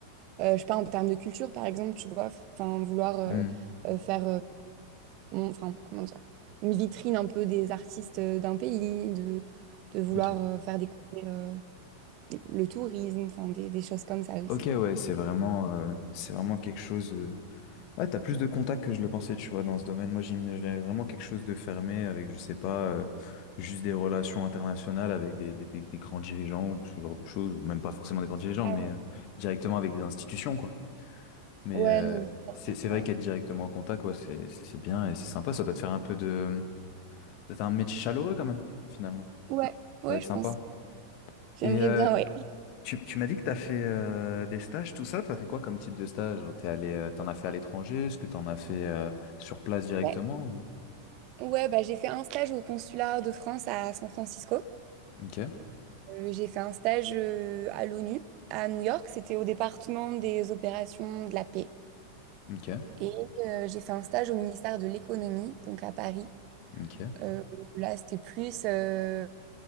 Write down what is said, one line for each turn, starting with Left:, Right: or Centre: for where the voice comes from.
Right: euh, je sais pas, en termes de culture par exemple, tu vois, enfin vouloir euh,
Left: Mm.
Right: euh, faire, euh, mon- enfin comment dire, une vitrine un peu des artistes euh, d'un pays, de, de vouloir
Left: Ok.
Right: euh, faire découvrir euh, le tourisme, enfin des, des choses comme ça aussi.
Left: Ok, ouais, c'est vraiment, euh, c'est vraiment quelque chose. euh, Ouais, t'as plus de contacts que je le pensais, tu vois, dans ce domaine. Moi, j'imaginais vraiment quelque chose de fermé avec, je sais pas, euh, juste des relations internationales avec des, des, des- des grands dirigeants ou ce genre de choses, ou même pas forcément des grands dirigeants,
Right: Ah
Left: mais
Right: Ouais,
Left: euh, directement avec des institutions, quoi. Mais
Right: Ouais,
Left: euh,
Right: non.
Left: c'est c'est vrai
Right: Euh,
Left: qu'être directement en contact, ouais, c'est c'est- c'est bien et c'est sympa. Ça doit te faire un peu de... D'être un métier chaleureux, quand même, finalement.
Right: ouais, ouais,
Left: Ça va être
Right: je
Left: sympa.
Right: pense. J'aimerais
Left: Et euh,
Right: bien, ouais.
Left: tu, tu m'as dit que t'as fait euh, des stages, tout ça. T'as fait quoi comme type de stage? Genre, t'es allé, euh, t'en as fait à l'étranger? Est-ce que t'en as fait euh, sur place directement
Right: Ouais,
Left: ou...
Right: ouais bah, j'ai fait un stage au consulat de France à San Francisco.
Left: OK,
Right: Euh, j'ai fait un stage euh, à l'ONU, à New York. C'était au département des opérations de la paix.
Left: OK,
Right: Et euh, j'ai fait un stage au ministère de l'économie, donc à Paris.
Left: OK,
Right: Euh, là, c'était plus euh,